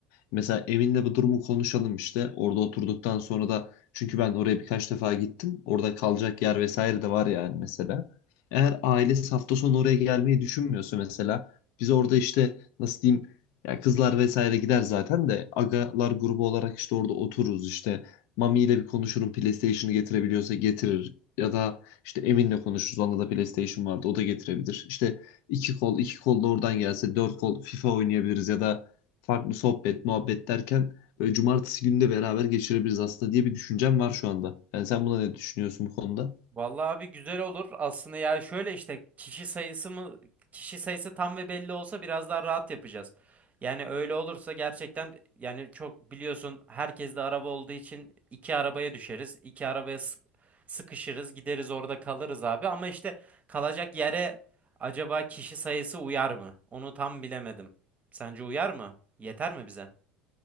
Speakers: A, on the left; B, on the right.
A: Mesela Emin'le bu durumu konuşalım işte. Orada oturduktan sonra da çünkü ben oraya birkaç defa gittim. Orada kalacak yer vesaire de var yani mesela. Eğer ailesi hafta sonu oraya gelmeyi düşünmüyorsa mesela biz orada işte nasıl diyeyim ya kızlar vesaire gider zaten de agalar grubu olarak işte orada otururuz işte Mami ile bir konuşurum PlayStation'ı getirebiliyorsa getirir ya da işte Emin'le konuşuruz onda da PlayStation vardı o da getirebilir. İşte iki kol iki kol da oradan gelse dört kol FIFA oynayabiliriz ya da farklı sohbet, muhabbet derken böyle cumartesi günü de beraber geçirebiliriz aslında diye bir düşüncem var şu anda. Yani sen buna ne düşünüyorsun bu konuda?
B: Vallahi abi güzel olur. Aslında yani şöyle işte kişi sayısı mı kişi sayısı tam ve belli olsa biraz daha rahat yapacağız. Yani öyle olursa gerçekten yani çok biliyorsun herkes de araba olduğu için iki arabaya düşeriz. iki arabaya sık- sıkışırız, gideriz orada kalırız abi. Ama işte kalacak yere acaba kişi sayısı uyar mı? Onu tam bilemedim. Sence uyar mı? Yeter mi bize?